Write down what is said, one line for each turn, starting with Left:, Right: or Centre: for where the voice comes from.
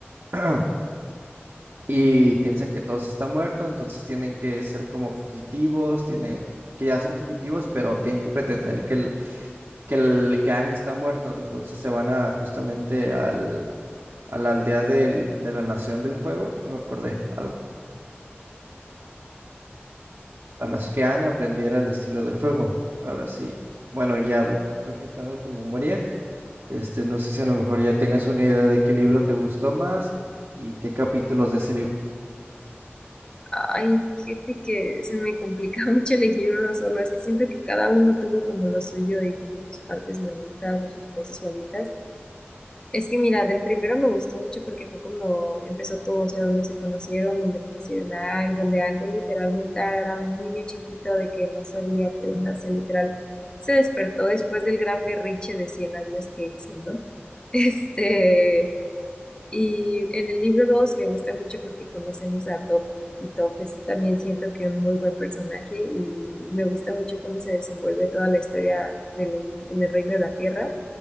Right: <clears throat> y piensan que todos están muertos, entonces tienen que ser como fugitivos, tiene, que ya son fugitivos, pero tienen que pretender que el, que el que Aang está muerto, entonces se van a justamente al, a la aldea del- de la Nación del Fuego, ya me acordé, a la, la nación que Aang aprendiera el estilo de fuego. Ahora sí, bueno, ya refrescando tu memoria, este, no sé si a lo mejor ya tengas una idea de qué libro te gustó más y qué capítulos de ese libro.
Left: Ay, fíjate que se me complica <laughs> mucho elegir uno solo. Es que siento que cada uno tuvo como lo suyo y como sus partes bonitas o sus cosas bonitas. Es que mira, del primero me gustó mucho porque fue cuando empezó todo, o sea, donde se conocieron, donde conocieron a Ang, donde Ángel literalmente era un niño chiquito de que no sabía qué onda, se literal se despertó después del gran berrinche de 100 años que hizo, ¿no? <laughs> Este, y en el libro 2 me gusta mucho porque conocemos a Top, y Top es también siento que es un muy buen personaje y me gusta mucho cómo se desenvuelve toda la historia del, en el Reino de la Tierra